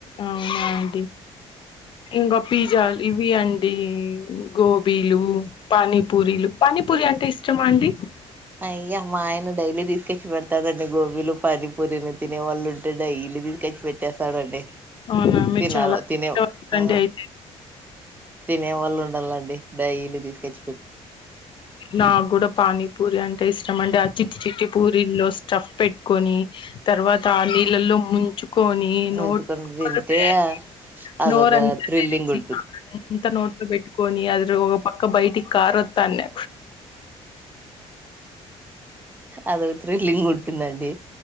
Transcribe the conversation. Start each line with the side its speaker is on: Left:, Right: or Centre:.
Left: అవునాండి ఇంకా పిజాల్ ఇవి అండి గోబీలు పానీపూరలు పానీపూరి అంటే ఇష్టమా అండి
Right: అయ్యమ్మా ఆయన డైలీ తీసుకొచ్చి పెడతాడుడి గోబీలు పనీ పూరిని తినేవాళ్ళు ఉంటే డైలీ <unintelligible> పెట్టేస్త డండి
Left: అవునా మీరు
Right: తినను
Left: చాలా
Right: తినే
Left: ఇష్టపడతారండి
Right: ఆ
Left: అయి
Right: తినే వాళ్ళు ఉండాలండి డైలీ తీసుకచ్
Left: నాకు కూడా పానీపూరి అంటే ఇష్టం అండి ఆ చిట్టి చిట్టి పూరీలోస్ స్టఫ్ పెట్టుకొని తర్వాత ఆ నీళ్ళల్లో ముంచు కొనీ నోట్
Right: ఉంచుకొని
Left: పేట్టుకోవడమే
Right: తింటే
Left: అండి
Right: అదొక
Left: నోర్ంత
Right: థ్రిల్లింగ్
Left: తెలిచి
Right: ఉంటుంది
Left: అంత నోట్లో పెట్ కోని అది ఒక పక్క బయటికి కారోతాన
Right: అదో త్రిలింగ్ ఉంటుందండి